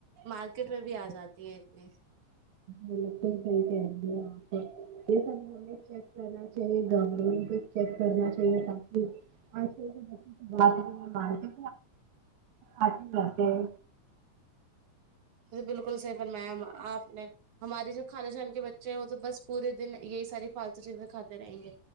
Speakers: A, on the right (about 75°); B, on the right (about 55°).
A: مارکیٹ میں بھی آ جاتی ہیں اتنی
B: بالکل صحیح کہہ رہی ہیں اپ یہ سب ہونے چاہیے کرنا چاہیے گورنمنٹ کو چیک کرنا چاہیے تاک بات نہیں مانتی آ جے جاتے ہے
A: بالکل صحیح فرمایا آپ نے ہمارے جو خال جان کے بچے ہیں وہ تو بس پورے دن یہی ساری فالتو چیزیں کھاتے رہیں گے